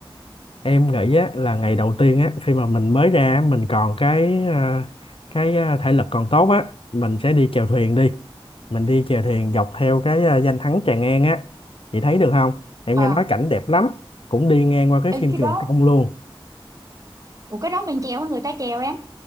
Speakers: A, on the left; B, on the right.
A: em nghĩ á là ngày đầu tiên á khi mà mình mới ra á, mình còn cái à, cái à, thể lực còn tốt á mình sẽ đi chèo thuyền đi mình đi chèo thuyền dọc theo cái à, danh thắng Tràng An á chị thấy được không em
B: à
A: nghe nói cảnh đẹp lắm cũng đi ngang qua cái phim
B: ê cái
A: Trường
B: đó
A: Công luôn
B: ủa cái đó mình treo người ta treo em